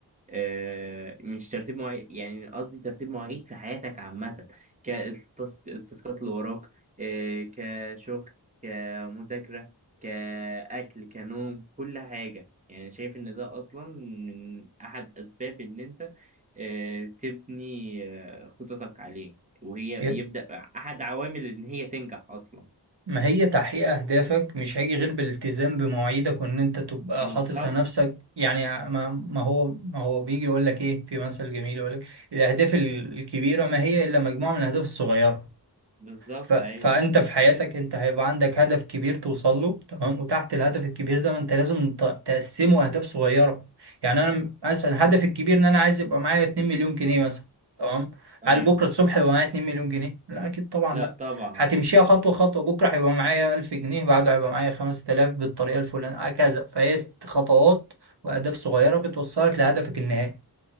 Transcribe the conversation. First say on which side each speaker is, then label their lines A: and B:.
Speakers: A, on the right (about 20°); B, on the right (about 70°).
A: آه، مش ترتيب مواعيد يعني قصدي ترتيب مواعيد في حياتك عامة كالتاسكات اللي وراك آه، كشغل كمذاكرة كأكل كنوم كل حاجة يعني شايف إن ده أصلا من أحد أسباب إن أنت آه، تبني آه، خططك عليه وهي
B: يب.
A: يبدأ أحد عوامل إن هي تنجح أصلا
B: ما هي تحقيق أهدافك مش هيجي غير بالالتزام بمواعيدك وإن أنت تبقى
A: بالظبط
B: حاطط لنفسك يعني ما, ما هو ما هو بيجي يقول لك إيه في مثل جميل يقول لك الأهداف ال- الكبيرة ما هي إلا مجموعة من الأهداف الصغيرة
A: بالظبط
B: ف... فانت
A: أيوه
B: في حياتك انت هيبقى عندك هدف كبير توصل له تمام وتحت الهدف الكبير ده ما انت لازم ت... تقسمه اهداف صغيره يعني انا مثلا هدفي الكبير ان انا عايز يبقى معايا 2 مليون جنيه مثلا تمام
A: أيوه
B: هل بكره الصبح يبقى معايا 2 مليون جنيه لا اكيد طبعا
A: لا
B: لا
A: طبعا
B: هتمشيها خطوه خطوه بكره هيبقى معايا 1000 جنيه بعده هيبقى معايا 5000 بالطريقه الفلانيه هكذا فهي ست خطوات واهداف صغيره بتوصلك لهدفك النهائي